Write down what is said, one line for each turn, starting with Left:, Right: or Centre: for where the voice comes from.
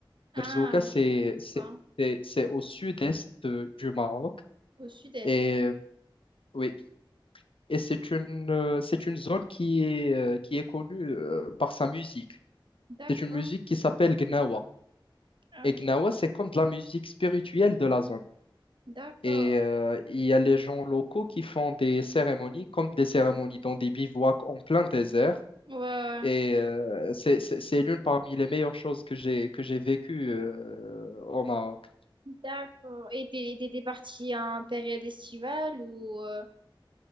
Right: Ah,
Left: Merzouga, c'est
Right: je connais
Left: c'est-
Right: pas.
Left: c'est- c'est au sud-est euh, du Maroc.
Right: Au sud-est.
Left: Et euh, oui, et c'est une, euh, c'est une zone qui est, euh, qui est connue euh, par sa musique.
Right: D'accord.
Left: C'est une musique qui s'appelle Gnawa.
Right: Ah,
Left: Et
Right: ok.
Left: Gnawa,
Right: ok.
Left: c'est comme de la musique spirituelle de la zone.
Right: D'accord.
Left: Et euh, il y a les gens locaux qui font des cérémonies, comme des cérémonies dans des bivouacs en plein désert
Right: Ouais, ouais.
Left: Et euh, c'est c'est- c'est l'une parmi les meilleures choses que j'ai que j'ai vécues euh, au Maroc.
Right: D'accord. Et t'es- t'étais partie en période estivale ou... euh,